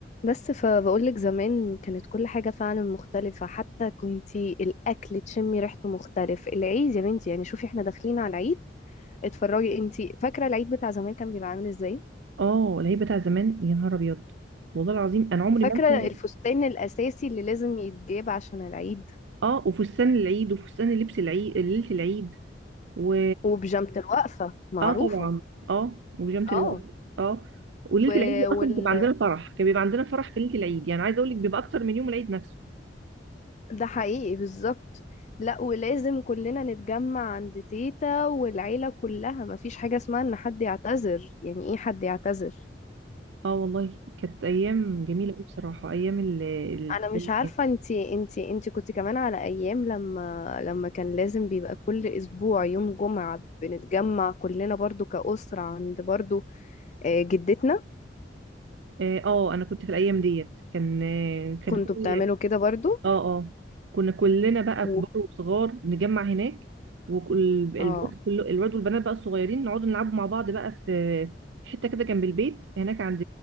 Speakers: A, on the left; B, on the right.
A: بس فبقولك زمان كانت كل حاجة فعلا مختلفة حتى كنتي الأكل تشمي ريحته مختلف العيد يا بنتي يعني شوفي احنا داخلين على العيد اتفرجي انتي فاكرة العيد بتاع زمان كان بيبقى عامل ازاي؟
B: اه العيد بتاع زمان يا نهار ابيض والله العظيم انا عمري
A: فاكرة
B: ما انسى
A: ايوه الفستان الأساسي اللي لازم يتجاب عشان العيد
B: اه وفستان العيد وفستان لبس العيد ليله العيد و
A: وبيجامة الوقفة معروفة
B: اه طبعا اه وبيجامه
A: اه
B: الوقت اه وليله
A: و...
B: العيد دي اصلا
A: وال...
B: بتبقى عندنا فرح كان بيبقى عندنا فرح في ليله العيد يعني عايزه اقول لك بيبقى اكتر من يوم العيد نفسه
A: ده حقيقي بالظبط لا ولازم كلنا نتجمع عند تيتا والعيلة كلها مفيش حاجة اسمها ان حد يعتذر يعني ايه حد يعتذر
B: اه والله كانت ايام جميله قوي بصراحه ايام ال- التجمعات
A: انا مش عارفه انتي انتي انتي كنت كمان على ايام لما لما كان لازم بيبقى كل اسبوع يوم جمعه بنتجمع كلنا برضو كأسره عند برضو آه، جدتنا
B: اه آه، انا كنت في الايام ديت كان آه، كان
A: كنتوا
B: كل
A: بتعملوا كده برضو
B: اه اه كنا كلنا بقى
A: و...
B: كبار وصغار نجمع هناك والواد
A: اه
B: كله الواد والبنات بقى الصغيرين نقعد نلعبوا مع بعض بقى في حته كده جنب البيت هناك عند